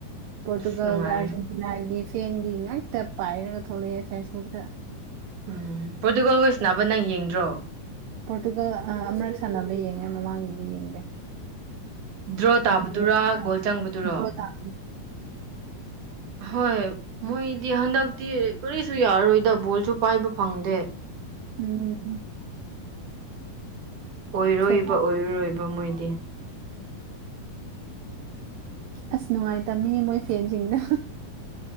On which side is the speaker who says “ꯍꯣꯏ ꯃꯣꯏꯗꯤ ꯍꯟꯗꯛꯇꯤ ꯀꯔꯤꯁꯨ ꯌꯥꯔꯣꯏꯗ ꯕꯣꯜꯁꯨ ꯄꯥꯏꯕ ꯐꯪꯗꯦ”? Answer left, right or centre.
Right